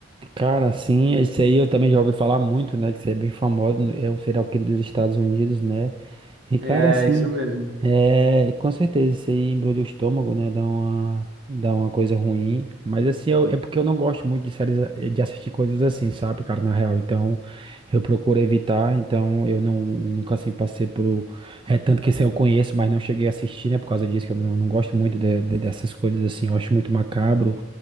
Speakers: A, on the right; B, on the right.
A: Cara, sim, esse aí eu também já ouvi falar muito, né? Que você é bem famoso, é o serial killer dos Estados Unidos, né? E, cara,
B: É,
A: assim,
B: isso mesmo.
A: é, e com certeza, isso aí embrulha o estômago, né? Dá uma, dá uma coisa ruim. Mas, assim, eu- é porque eu não gosto muito de séries, eh, de assistir coisas assim, sabe, cara, na real. Então, eu procuro evitar. Então, eu não, nunca, assim, passei por. É tanto que esse eu conheço, mas não cheguei a assistir, né? Por causa disso, que eu não, não gosto muito de- de- dessas coisas assim. Eu acho muito macabro